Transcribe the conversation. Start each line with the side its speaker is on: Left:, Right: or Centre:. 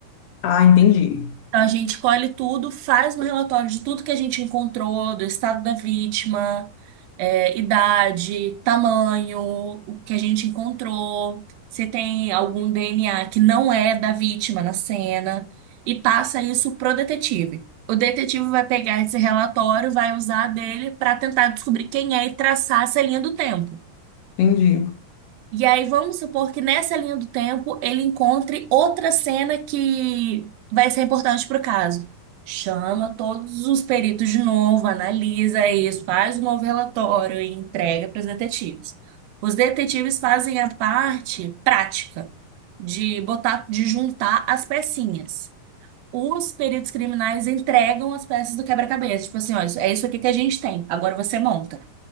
Left: Ah, entendi.
Right: Então, a gente colhe tudo, faz um relatório de tudo que a gente encontrou, do estado da vítima, é, idade, tamanho, o que a gente encontrou, se tem algum DNA que não é da vítima na cena, e passa isso pro detetive. O detetive vai pegar esse relatório, vai usar dele para tentar descobrir quem é e traçar essa linha do tempo.
Left: Entendi.
Right: E aí vamos supor que nessa linha do tempo ele encontre outra cena que vai ser importante para o caso. Chama todos os peritos de novo, analisa isso, faz um novo relatório e entrega para os detetives. Os detetives fazem a parte prática de botar, de juntar as pecinhas. Os peritos criminais entregam as peças do quebra-cabeça, tipo assim, ó, isso- é isso aqui que a gente tem. Agora você monta.